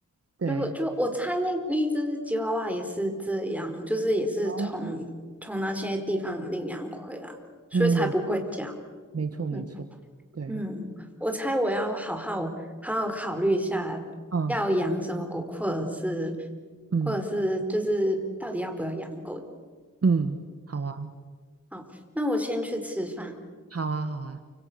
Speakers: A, on the right; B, in the centre.
A: 对，
B: 就就我猜那那只吉娃娃也是这样，就是也是从从那些地方领养回来，
A: 哦，
B: 所以才不会叫。
A: 嗯，没错没错，
B: 嗯
A: 对，
B: 嗯，我猜我要好好好好考虑一下，
A: 嗯
B: 要养什么狗，或者是
A: 嗯。
B: 或者是就是到底要不要养狗。
A: 嗯，好啊，
B: 好，那我先去吃饭。
A: 好啊，好啊，